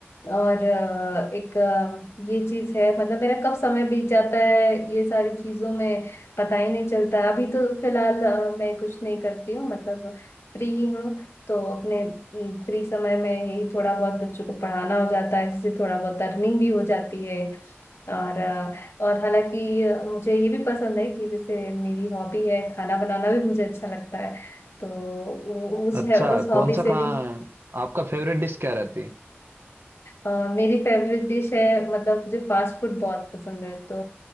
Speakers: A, on the left; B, on the right.
A: और अ, एक अ, ये चीज है मतलब मेरा कब समय बीत जाता है ये सारी चीजों में पता ही नहीं चलता अभी तो फिलहाल अ, मैं कुछ नहीं करती हूँ मतलब फ्री ही हूँ तो अपने फ्री समय में यही थोड़ा बहुत बच्चों को पढ़ाना हो जाता है जिससे थोड़ा बहुत अर्निंग भी हो जाती है और और हालांकि अ, मुझे ये भी पसंद है कि जैसे मेरी हॉबी है खाना बनाना भी मुझे अच्छा लगता है तो उ- उस
B: अच्छा
A: है उस हॉबी
B: कौन सा
A: से
B: कहाँ
A: भी
B: आपका फेवरेट डिश क्या रहती है
A: अ, मेरी फेवरेट डिश है मतलब मुझे फास्ट फूड बहुत पसंद है तो